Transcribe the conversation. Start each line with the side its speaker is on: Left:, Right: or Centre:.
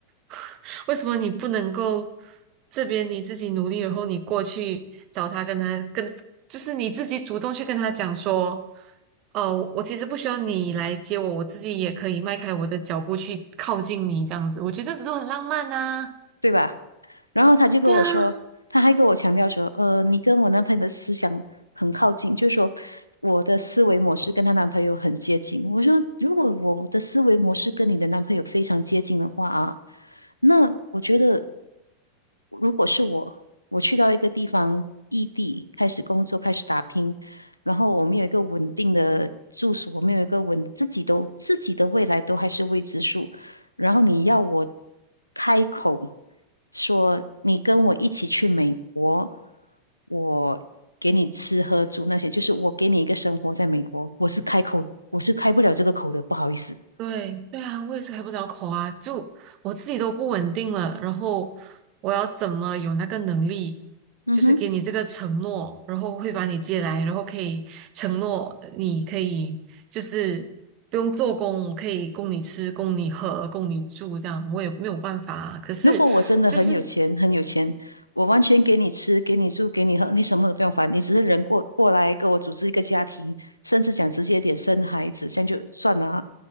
Right: <laughs> 为什么你不能够这边你自己努力，然后你过去找他，跟他跟，就是你自己主动去跟他讲说，哦，我其实不需要你来接我，我自己也可以迈开我的脚步去靠近你，这样子，我觉得这种很浪漫呐、
Left: 对吧？然后他就跟我说，
Right: 对啊。
Left: 他还跟我强调说，呃，你跟我男朋友的思想很靠近，就是说我的思维模式跟她男朋友很接近。我说，如果我的思维模式跟你的男朋友非常接近的话啊，那我觉得如果是我，我去到一个地方异地开始工作，开始打拼，然后我们有一个稳定的住所，我们有一个稳自己都自己的未来都还是未知数。然后你要我开口说你跟我一起去美国，我给你吃喝住那些，就是我给你一个生活在美国，我是开口，我是开不了这个口的，不好意思。
Right: 对对啊，我也是开不了口啊，就我自己都不稳定了，然后我要怎么有那个能力，
Left: 嗯哼。
Right: 就是给你这个承诺，然后会把你接来，然后可以承诺你可以就是不用做工，我可以供你吃、供你喝、供你住，这样我也没有办法啊。可是就是
Left: 如果我真的很有钱，很有钱，我完全给你吃，给你住，给你喝，你什么都不用烦，你只是人过过来跟我组织一个家庭，甚至讲直接一点生孩子，这样就算了啊